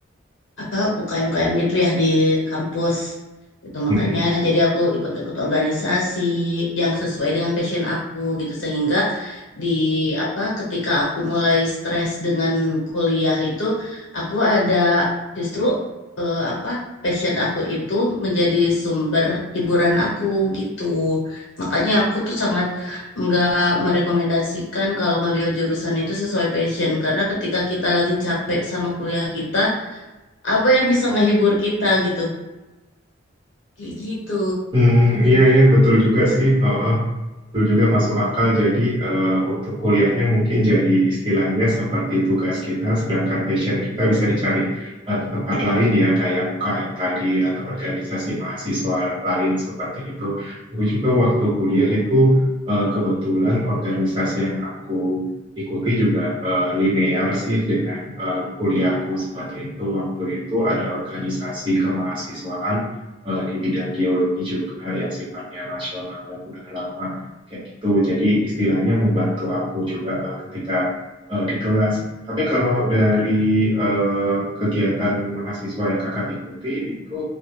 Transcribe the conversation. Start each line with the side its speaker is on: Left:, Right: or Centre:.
Left: apa UKM-UKM gitu ya di kampus. Itu
Right: Hmm.
Left: makanya jadi aku ikut-ikut organisasi yang sesuai dengan passion aku gitu sehingga di apa ketika aku mulai stres dengan kuliah itu aku ada justru eh, apa passion aku itu menjadi sumber hiburan aku gitu. Makanya aku tuh sangat nggak merekomendasikan kalau ngambil jurusan itu sesuai passion karena ketika kita lagi capek sama kuliah kita apa yang bisa ngehibur kita gitu kayak gitu
Right: Hmm, iya iya betul juga sih. Heeh. Betul juga masuk akal. Jadi eh, untuk kuliahnya mungkin jadi istilahnya seperti tugas kita, sedangkan passion kita bisa dicari eh, ke tempat lain ya kayak UKM tadi atau organisasi mahasiswa lain seperti itu. Aku juga waktu kuliah itu eh, kebetulan organisasi yang aku ikuti juga eh, linear sih dengan eh, kuliahku seperti itu. Waktu itu ada organisasi kemahasiswaan eh, di bidang geologi juga yang sifatnya nasional dan udah lama kayak gitu. Jadi istilahnya membantu aku juga eh, ketika eh, di kelas. Tapi kalau dari eh, kegiatan mahasiswa yang kakak ikuti itu